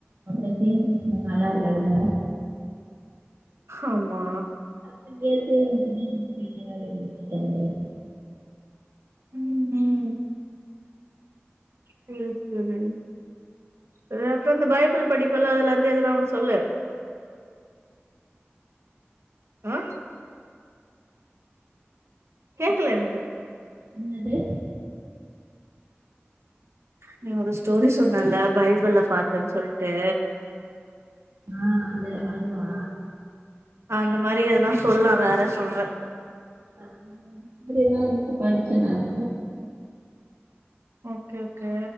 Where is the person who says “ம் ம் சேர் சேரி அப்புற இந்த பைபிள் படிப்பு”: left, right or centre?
Right